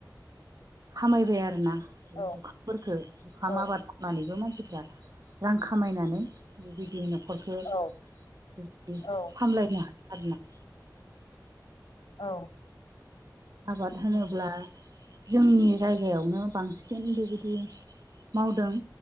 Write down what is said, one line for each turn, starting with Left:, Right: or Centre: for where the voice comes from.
Right: खामायबाय आरोना बे
Left: औ
Right: जुखामफोरखौ जुखाम
Left: औ
Right: आबाद मावनानैबो मानसिफ्रा रां खामायनानै बेबायदि न'खरखौ
Left: औ
Right: बेबायदि
Left: औ
Right: सामलायनो हायो आरो ना
Left: औ
Right: आबाद होनोब्ला
Left: उम,
Right: जोंनि जायगायावनो बांसिन बेबायदि मावदों